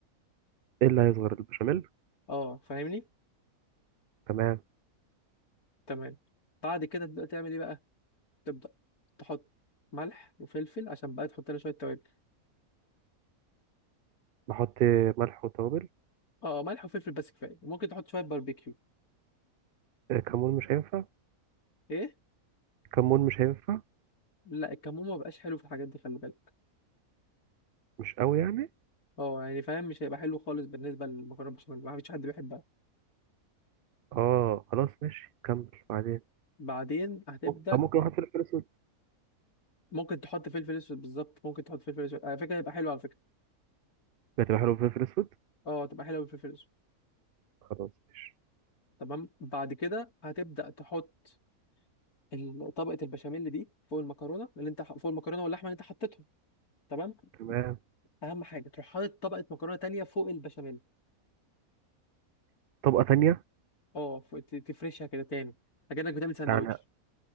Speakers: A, on the right (about 80°); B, on the left (about 85°).
A: إيه اللي هيصغر البشاميل
B: اه فاهمني
A: تمام
B: تمام بعد كده تبدا تعمل ايه بقى تبدأ تحط ملح وفلفل عشان بقى تحط لنا شوية توابل
A: بحط ملح وتوابل
B: اه آه، ملح وفلفل بس كفاية ممكن تحط شوية باربيكيو
A: آه، كمون مش هينفع
B: ايه
A: كمون مش هينفع
B: لا الكمون ما بقاش حلو في الحاجات دي خلي بالك
A: مش قوي يعني
B: اه يعني فاهم مش هيبقى حلو خالص بالنسبة للمكرونة بشاميل ما فيش حد بيحبها
A: اه خلاص ماشي كمل بعدين
B: بعدين هتبدأ
A: طب ممكن احط فلفل اسود
B: ممكن تحط فلفل اسود بالظبط ممكن تحط فلفل اسود على فكرة هيبقى حلو على فكرة
A: هتبقى حلو فلفل اسود
B: اه تبقى حلوة بالفلفل الاسود
A: خلاص ماشي
B: تمام بعد كده هتبدأ تحط ال- طبقة البشاميل دي فوق المكرونة اللي انت ح- فوق المكرونة واللحمة اللي انت حطيتهم تمام
A: تمام
B: اهم حاجة تروح حاطط طبقة مكرونة تانية فوق البشاميل
A: طبقة تانية
B: اه ف- ت- تفرشها كده تاني اكنك بتعمل سندوتش
A: يعني